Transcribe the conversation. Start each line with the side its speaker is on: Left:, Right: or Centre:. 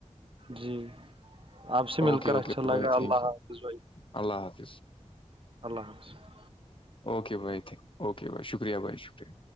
Right: جی آپ سے مل
Left: اوکے
Right: کر
Left: اوکے
Right: اچھا لگا
Left: بھائی
Right: اللہ
Left: تھینک یو
Right: حافظ بھائی
Left: اللہ حافظ
Right: اللہ حافظ
Left: اوکے بھائی تھنک اوکے بھائی شکریہ بھائی شکریہ